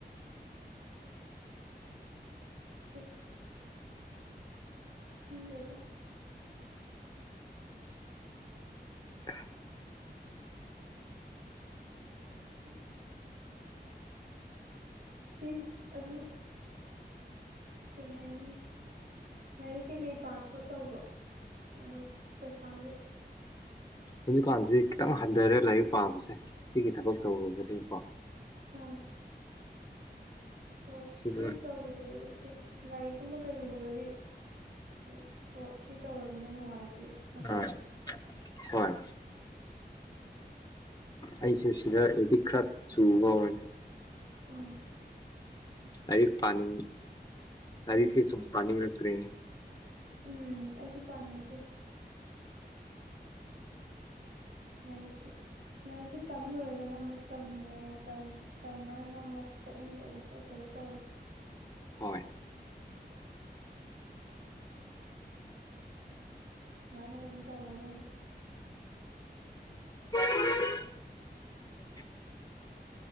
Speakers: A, on the right (about 75°); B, on the left (about 20°).
A: ꯇꯨ ꯈꯪꯗꯦꯗ꯫
B: <unintelligible>
A: <unintelligible> ꯁꯤ ꯑꯗꯨꯝ ꯀꯩ ꯍꯥꯏꯅꯤ ꯂꯥꯏꯔꯤꯛ ꯀꯩꯀꯩ ꯄꯥ ꯈꯣꯠꯇꯧꯕ꯭ꯔꯣ ꯑꯗꯨꯝ ꯄꯩꯈꯥꯒꯤ
B: ꯍꯧꯖꯤꯛꯀꯥꯟꯁꯤ ꯈꯤꯇꯪ ꯍꯟꯊꯔꯦ ꯂꯥꯏꯔꯤꯛ ꯄꯥꯕꯁꯦ ꯁꯤꯒꯤ ꯊꯕꯛ ꯇꯧꯔꯕꯒꯤꯀꯣ
A: ꯑꯥ ꯍꯣꯏ
B: ꯁꯤꯗ
A: ꯁꯤ ꯇꯧꯒꯤꯕꯗꯒꯤ ꯑꯗꯨꯝ ꯂꯥꯏꯔꯤꯛꯀꯨꯝꯕ ꯀꯩꯒꯨꯝꯕꯒꯗꯤ ꯑꯣ ꯍꯣꯏ ꯁꯤ ꯇꯧꯔꯃꯤꯅ ꯅꯨꯡꯉꯥꯏꯇꯦ ꯃꯇꯝꯗꯣ
B: ꯑꯥ ꯍꯣꯏ ꯑꯩꯁꯨ ꯁꯤꯗ ꯑꯦꯗꯤꯛ ꯈꯔ ꯆꯨꯕ ꯑꯣꯏ
A: ꯑꯥ
B: ꯑꯩ <inaudible> ꯄꯥꯅꯤꯡ ꯂꯥꯏꯔꯤꯛꯁꯤ
A: ꯎꯝ
B: ꯁꯨꯝ ꯄꯥꯅꯤꯡꯉꯛꯇ꯭ꯔꯦ
A: ꯎꯝ ꯑꯩꯁꯨ ꯄꯥꯅꯤꯡ ꯇꯦ ꯂꯔꯤꯛꯁꯦ ꯂꯥꯏꯔꯤꯛꯁꯦ ꯇꯝ ꯂꯣꯏꯔꯒꯅ ꯑꯃꯨꯛ ꯇꯝꯅꯤꯡꯉꯦ ꯇꯝ ꯀꯥꯟꯗꯅ ꯑꯃꯨꯛ ꯆꯠꯅꯤꯡꯗꯕ ꯈꯣꯠꯇꯕ ꯇꯧꯑ
B: ꯍꯣꯏ
A: <unintelligible> ꯁꯨꯃꯥꯏꯅ ꯑꯗꯨꯝ ꯇꯧꯔꯗꯕꯅꯤ
B: ꯎ